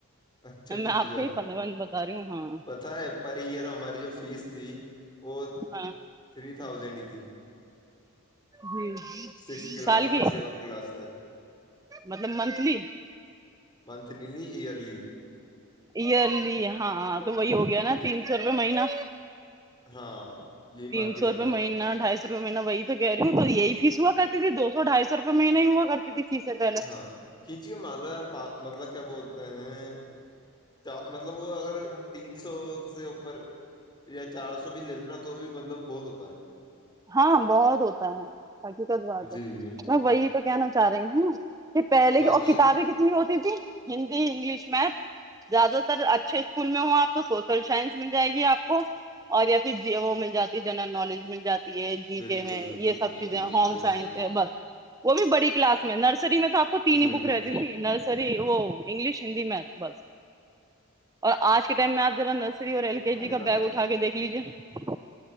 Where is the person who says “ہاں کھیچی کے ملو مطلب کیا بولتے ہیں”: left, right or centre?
Left